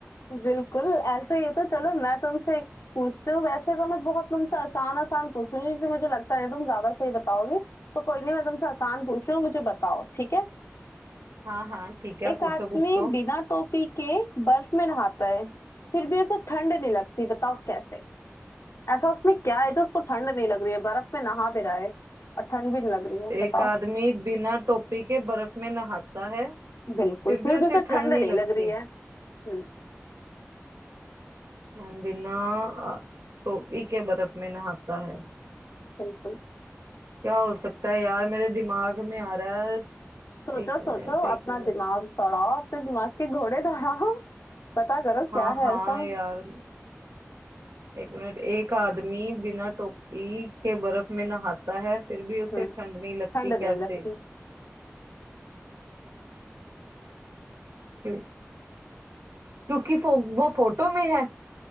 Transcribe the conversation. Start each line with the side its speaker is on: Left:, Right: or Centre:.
Left: बिल्कुल ऐसे ही है तो चलो मैं तुमसे पूछती हूँ वैसे तो मैं बहुत तुमसे आसान आसान पूछूंगी क्योंकि मुझे लगता नहीं तुम ज्यादा सही बताओगी तो कोई नहीं मैं तुमसे आसान पूछ रही हूँ मुझे बताओ ठीक है
Right: हाँ हाँ ठीक है
Left: एक
Right: पूछो
Left: आदमी
Right: पूछो
Left: बिना टोपी के बर्फ में नहाता है फिर भी उसे ठंड नहीं लगती बताओ कैसे ऐसा उसमें क्या है जो उसको ठंड नहीं लग रही है बर्फ में नहा भी रहा है और ठंड भी नहीं लग रही है बताओ
Right: एक आदमी बिना टोपी के बर्फ में नहाता है
Left: बिल्कुल
Right: फिर
Left: फिर
Right: भी उसे
Left: भी उसे
Right: ठंड
Left: ठंड
Right: नहीं
Left: नहीं
Right: लगती
Left: लग रही है हम्म
Right: हम बिना अ, टोपी के बर्फ में नहाता है
Left: बिल्कुल
Right: क्या हो सकता है यार मेरे दिमाग में आ रहा है
Left: सोचो
Right: एक मिनट
Left: सोचो
Right: एक
Left: अपना
Right: मिनट
Left: दिमाग
Right: एक मिनट
Left: दौड़ाओ अपने दिमाग के घोड़े दौड़ाओ पता करो
Right: हाँ
Left: क्या है
Right: हाँ
Left: ऐसा
Right: यार एक मिनट एक आदमी बिना टोपी के बर्फ में नहाता है फिर भी उसे
Left: हम्म
Right: ठंड नहीं लगती
Left: ठंड नहीं
Right: कैसे
Left: लगती
Right: क्यों क्योंकि फो, वो फोटो में है